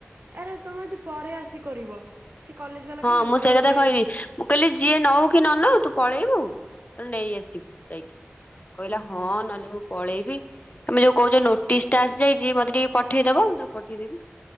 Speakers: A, on the right; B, on the left.
A: ଆରେ ତମେ ଯଦି ପରେ ଆସି କରିବ ସି କଲେଜ ବାଲା
B: ହଁ
A: କହିବେନି
B: ମୁଁ
A: ତମକୁ
B: ସେଇ କଥା
A: ଡେଟ
B: କହିଲି ମୁଁ କହିଲି ଯିଏ ନଉ କି ନ ନଉ ତୁ ପଳେଇବୁ ତୋର ନେଇ ଆସିବୁ ଯାଇକି କହିଲା
A: ହୁଁ
B: ହଁ ନହେଲେ ପଳେଇବି ତମେ ଯୋଉ କହୁଛ ନୋଟିସ ଟା ଆସିଯାଇଛି ମତେ ଟିକେ ପଠେଇଦବ ମୁଁ ତାକୁ ପଠେଇଦେବି